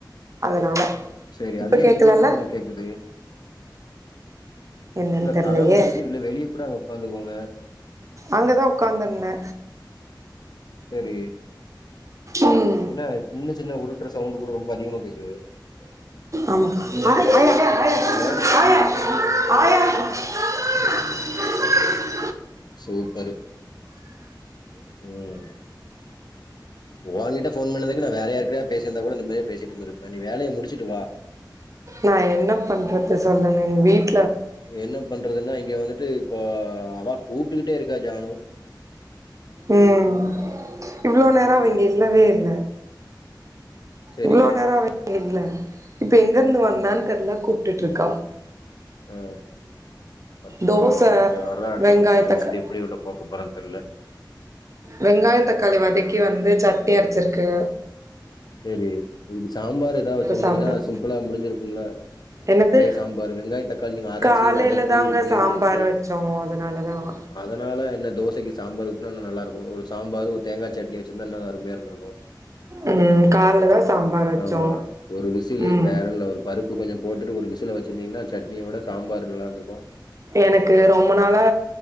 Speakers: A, on the right; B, on the left.
A: அதனால
B: சரி அது
A: இப்ப
B: ஏ
A: கேக்கலல்ல
B: இவ்வள தூரம் வர கேக்குது
A: என்னன்னு
B: இல்ல
A: தெர்லயே
B: கதவு முடிட்டு இல்ல வெளிய கூட அங்க உக்காந்துக்கோங்க
A: அங்கதா ஒக்காந்துருந்தே
B: செரி
A: ம்
B: ஏன்னா சின்ன சின்ன உருட்டுற சவுண்டு கூட ரொம்ப அதிகமா கேக்குது
A: ஆமா ஆ ஆ ஆ
B: ஆ
A: ஆயா ஆயா அம்மா <unintelligible>
B: சூப்பரு உம் ஓங்கிட்ட ஃபோன் பண்ணத நா வேறயார்கூடயாது பேசியிருந்தா கூட நிம்மதியா பேசிட்டு இருந்துருப்பே நீ வேலய முடிச்சுட்டு வா
A: நா என்ன பண்றது சொல்லுங்க எங்க வீட்டு
B: என்ன பண்றதுன்னா இங்க வந்துட்டு இப்போ அவா கூப்டுக்கிட்டே இருக்க ஜானு
A: உம் இவ்ளோ நேரோ அவ இல்லவே இல்ல
B: சரி
A: இவ்ளோ நேரோ அவ இங்க இல்ல <inaudible> இப்ப எங்க இருந்து வந்தான்னு தெர்ல கூப்டு ட்டுருக்கா
B: அ பத்து
A: தோச
B: அடுத்து வர்ர அடுத்து
A: வெங்காய
B: பத்து நிமிஷத்த
A: தக்கா
B: எப்டி உன்ன பாக்க போரேனு தெர்ல
A: வெங்காய தக்காளி வதக்கி வந்து சட்னி அரச்சிருக்கு
B: சேரி இதுக்கு சாம்பார் ஏதாவது வச்சிருந்தீங்கனா
A: சாப்பிடும்
B: சிம்பிளா முடிஞ்சிருக்கும்ல
A: என்னது
B: ஒரே சாம்பார் வெங்காய தக்காளி நீங்க அரச்சி
A: காலையில
B: வதக்கி
A: தாங்க
B: இது பண்ணிருக்கிறதுக்கு
A: சாம்பார் வச்சோம் அதனாலதான்
B: அதனால என்ன தோச தோசைக்கு சாம்பார் ஊத்னா இன்னு நல்லா இருக்கு ஒரு சாம்பார் ஒரு தேங்கா சட்னி வெச்சிருந்தா இன்னு நல்லா அருமையா இருந்திருக்கு
A: ம் கால்ல தா சாம்பார் வச்சோ
B: ஆமா ஒரு விசிலு
A: ம்
B: வேற ஒன்னு இல்ல ஒரு பருப்பு கொஞ்சோ போட்டுட்டு ஒரு விசில வச்சிருந்தீங்கனா சட்னிய விட சாம்பார் நல்லா இருந்துருக்கும்
A: எனக்கு ரொம்ப நாளா